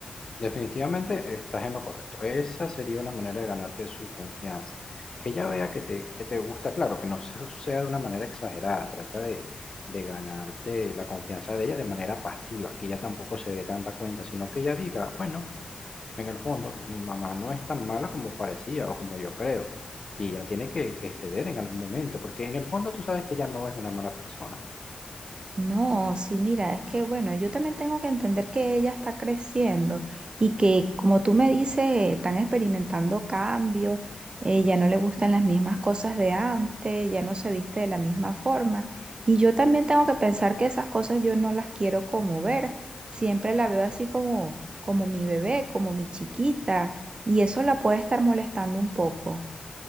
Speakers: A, on the left (about 30°); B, on the right (about 40°).
A: Definitivamente estás en lo correcto. Esa sería una manera de ganarte su confianza. Que ella vea que te, que te gusta, claro, que no se- sea de una manera exagerada. Trata de, de ganarte la confianza de ella de manera pasiva, que ella tampoco se dé tanta cuenta, sino que ella diga, bueno, en el fondo, mi mamá no es tan mala como parecía o como yo creo. Y ella tiene que, que ceder en algún momento, porque en el fondo tú sabes que ella no es una mala persona.
B: No, sí, mira, es que bueno, yo también tengo que entender que ella está creciendo y que, como tú me dices, están experimentando cambios, eh, ya no le gustan las mismas cosas de antes, ya no se viste de la misma forma. Y yo también tengo que pensar que esas cosas yo no las quiero como ver, siempre la veo así como, como mi bebé, como mi chiquita, y eso la puede estar molestando un poco.